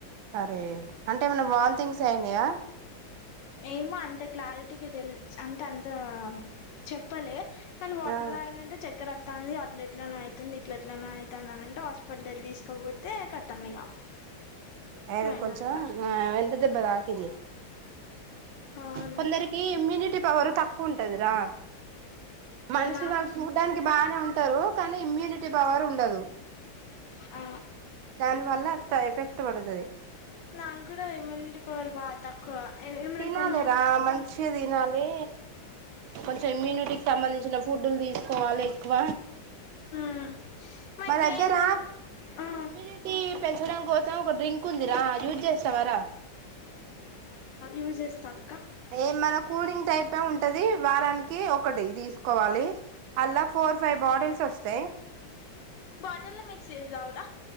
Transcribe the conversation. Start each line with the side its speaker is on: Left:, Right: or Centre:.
Right: అరే అంటే ఏమన్నా వాన్ థింగ్స్ ఐనయ
Left: ఏమో అంత క్లారిటీగా తెలి అంట అంత చెప్పలే కానీ వాటర్
Right: ఆ
Left: తాగిన్నంటే చెక్ ఇక్కడత్తాంది అట్ల ఎట్లనే అయితుంది ఇట్ల ఎట్లనొ అయితాంది అని అంటే హాస్పిటల్ తీసుకోపోతే ఖతం ఇగ
Right: అయనకు
Left: పోయినట్ట
Right: కొంచెం ఆ ఎంత దెబ్బ తాకింది
Left: అవును
Right: కొందరికి ఇమ్యూనిటీ పవర్ తక్కువ ఉంటదిరా మనిషి
Left: నాకు
Right: వాళ్ళు చూడటనికి బానే ఉంటారు కానీ ఇమ్యూనిటీ పవర్ ఉండదు
Left: ఆ
Right: దాని వల్లంత ఎఫెక్ట్ పడుతది
Left: నా కూడా ఇమ్మ్యూనిటి పవర్ బ తక్కువ ఏమైనా
Right: తినాలి
Left: కొంచెం
Right: రా మంచిగా తినాలి కొంచెం ఇమ్యూ టికి సంబంధించిన ఫుడ్లు తీసుకోవాలి ఎక్కువ
Left: హ్మ్ మాకేం
Right: మా దగ్గర
Left: తెల్ ఆ
Right: ఇమ్యూనిటీ పెంచడం కోస ఒక డ్రింక్ ఉందిరా యూజ్ చేస్తావరా
Left: మల్లి చేస్తాక్క
Right: ఏ మన కూలింగ్ టైపే ఉంటది వారానికి ఒకటి తీసుకోవాలి అల్లా ఫోర్ ఫైవ్ బాటిల్స్ వస్తాయి
Left: బాటల్ లో మిక్స్ చేసి తగుడ